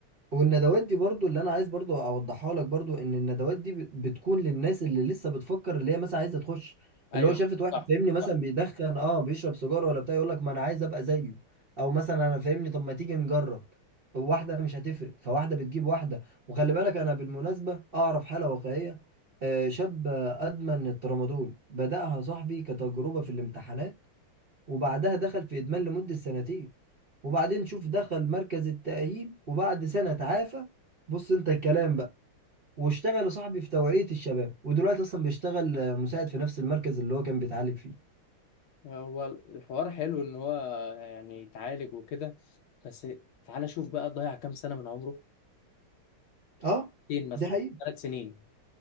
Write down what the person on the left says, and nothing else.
ايوه
صح
صح
هو الحوار حلو ان هو يعني اتعالج وكده بس تعالى شوف بقى ضيع كام سنه من عمره
سنتين مثلا
ثلاث سنين